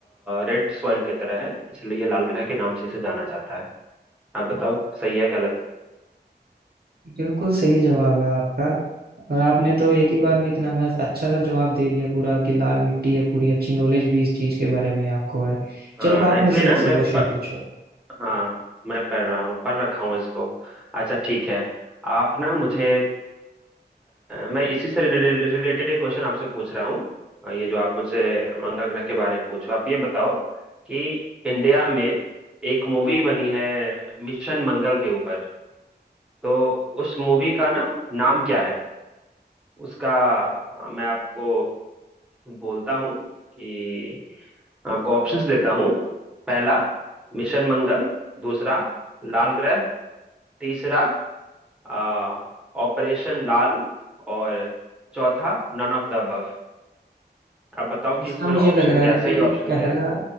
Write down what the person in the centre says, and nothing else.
रेड सॉइल की तरह है इसलिए ये लाल ग्रह के नाम से इसे जाना जाता है आप बताओ सही है गलत
हाँ
एक्चुअली
ना
मैं
प,
हाँ मैं पढ़ रहा हूँ पढ़ रखा हूँ इसको अच्छा ठीक है आप ना मुझे अ, मैं इसी से रिलेटेड रिलेटेड एक क्वेश्चन आपसे पूछ रहा हूँ अ, ये जो आप मुझसे मंगल ग्रह के बारे में पूछो आप ये बताओ कि इंडिया में एक मूवी बनी है मिशन मंगल के ऊपर तो उस मूवी का ना नाम क्या है उसका अ, मैं आपको बोलता हूँ कि आपको ऑप्शंस देता हूँ पहला मिशन मंगल दूसरा लाल ग्रह तीसरा अ, ऑपरेशन लाल और चौथा नन ऑफ द अबव आप बताओ
कि इसमें
ऑप्शन
क्या
है
सही ऑप्शन
क्या है